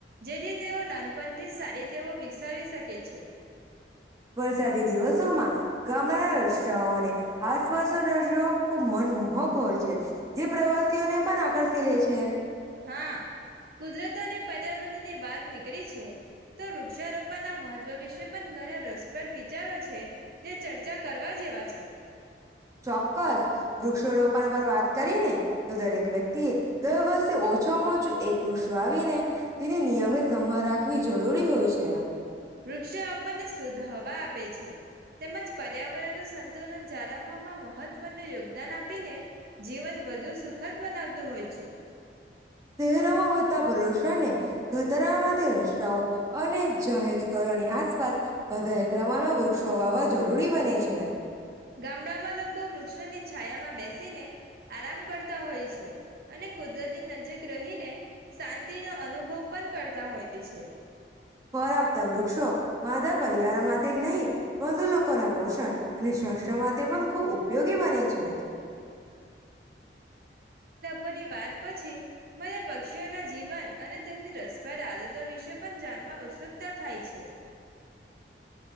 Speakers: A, on the right (about 60°); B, on the right (about 20°).
A: જેદી જેઓનાંદ પથીિત સારી તેવ વિકસાવી શકે છે
B: વરસાદી દિવસોમાં ગામડાના રસ્તાઓ અને આસપાસના દશ્યો ખુબ મનમોહક હોય છે જે પ્રવાસીઓને પણ આકર્ષી લે છે
A: હા કુદરત અને પર્યાવરણની વાત નીકળી છે તો વૃક્ષારોપણના મહત્વ વિશે પણ ઘણા રસપ્રદ વિચારો છે જે ચર્ચા કરવા જેવા છે
B: ચોક્કસ વૃક્ષ રોપણ વાત કરીને તો દરેક વ્યક્તિ એ દર વર્ષે ઓછામાં ઓછું એક વૃષ વાવીને તેને નિયમિત સમ રાખવી જરૂરી હોય છે આ
A: વૃક્ષો આપણને શુદ્ધ હવા આપે છે તેમજ પર્યાવરણનું સંતુલન જાળવવામાં મહત્વનું યોગદાન આપીને જીવન વધુ સુખદ બનાવતું હોય છે
B: શહેરોમાં વધતા પ્રદુષણને ઘતરામાંથી રસ્તાઓ અને જાહેર ની આસપાસ વધારે પ્રમાણમાં વૃક્ષો વાવા જરૂરી બને છે
A: ગામડામાં લોકો વૃક્ષોની છાયામાં બેસીને આરામ કરતા હોય છે અને કુદરતી નજીક રહીને શાંતિ નો અનુભવ પણ કરતા હોય છે
B: પર આપતા વૃક્ષો, માધા પરિવાર માટે જ નહી. બંધુ લોકોના પોષણ, અને સ્સ્થ માટે તે પણ ખૂબ ઉપયોગી બને છે.
A: ભોની વાત પછી, મને પક્ષીઓના જીવન અને તેમની રસભર આદતો વિશે પણ જાણવા ઉત્સુકતા થાય છે.